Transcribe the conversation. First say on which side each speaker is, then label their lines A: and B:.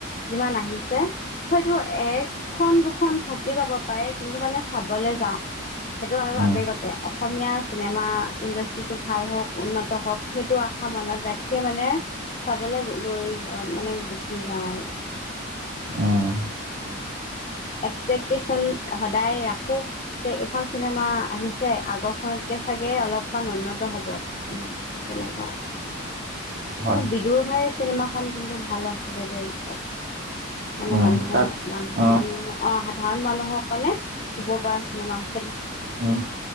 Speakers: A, on the left; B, on the right.
A: যিমান আহিছে হয়টো এখন দুখন থাকি যাব পাৰে কিন্তু মানে চাবলৈ যাওঁ সেইটো আৰু
B: উম,
A: আৱেগতে অসমীয়া চিনেমা ইণ্ডাষ্ট্ৰিটো ভাল হওঁক উন্নত হওঁক সেইটো আশা সামনত ৰাখি মানে চাবলৈ দৌৰি গ মানে গুচি যাওঁ আৰু উ
B: উম,
A: এক্সপেক্টেশচন সদায় ৰাখো যে এইখন চিনেমা আহিছে আগৰখনত চাগে অলপমান উন্নত হ'ব উ তেনেকুৱা
B: হয়।
A: বিদুৰ ভাইৰ চিনেমাখন কিন্তু ভাল আছিলে দেই তাত মানে
B: উম,
A: মানুহৰ
B: তাত
A: মান
B: অ',
A: মানুহ আহ সাধাৰণ মানুহক মানে চুব পৰা চিনেমা আছিলে
B: উম